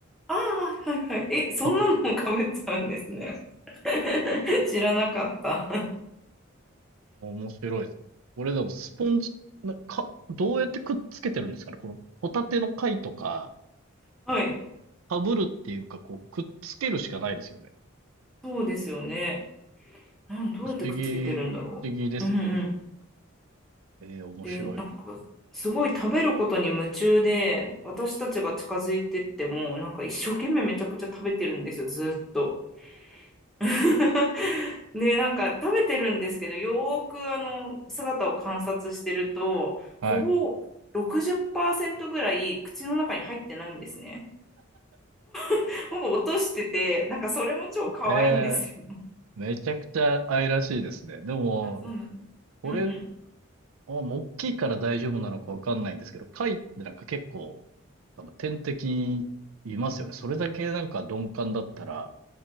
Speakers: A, in the centre; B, on the right.
A: ああ、はいはいはい。え、そんなのもかぶっちゃうんですね。
B: ポ
A: <laughs> 知らなかった。
B: 面白いですね。これでもスポンジ、なか、どうやってくっつけてるんですかねこのホタテの貝とか、
A: はい。
B: かぶるっていうか、こう、くっつけるしかないですよね。
A: そうですよね。なん、どうやってくっつけてるんだろう。
B: 不思議、不思議です
A: うんうん。
B: ね。えー、面白い。
A: で、なんか、すごい食べることに夢中で、私たちが近づいてっても、なんか一生懸命めちゃくちゃ食べてるんですよ、ずーっと。<laughs> で、なんか食べてるんですけど、よーくあの、姿を観察してると、
B: はい。
A: ほぼ60%ぐらい口の中に入ってないんですね。<laughs> ほぼ落としてて、なんかそれも超可愛いんですよ。
B: えー、めちゃくちゃ愛らしいですね。でも、
A: あ、そうなんです。
B: これ、
A: うんう
B: あもう大きいから大丈夫なのかわかんないんですけど、貝ってなんか結構、多分天敵いますよね。それだけなんか鈍感だったら、